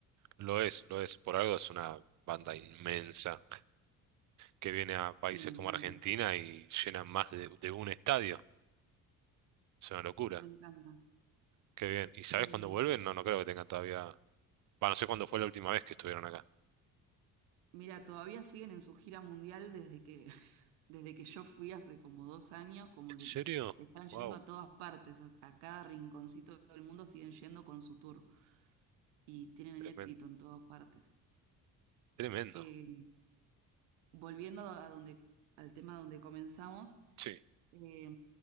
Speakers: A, on the right; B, on the right.
A: Lo es, lo es. Por algo es una banda inmensa. que viene a países
B: Sí, me encanta,
A: como Argentina y llenan más de, de un estadio. Es una locura.
B: me encanta.
A: Qué bien. ¿Y sabes
B: Y
A: cuándo vuelven? No, no creo que tengan todavía. Va, no sé cuándo fue la última vez que estuvieron acá.
B: mira, todavía siguen en su gira mundial desde que, <laughs> desde que yo fui hace como dos años, como
A: ¿En
B: que
A: serio?
B: están yendo
A: Wow,
B: a todas partes, a, a cada rinconcito del mundo siguen yendo con su tour y tienen
A: tremendo.
B: éxito en todas partes.
A: Tremendo.
B: Eh, volviendo a donde, al tema donde comenzamos,
A: Sí,
B: eh,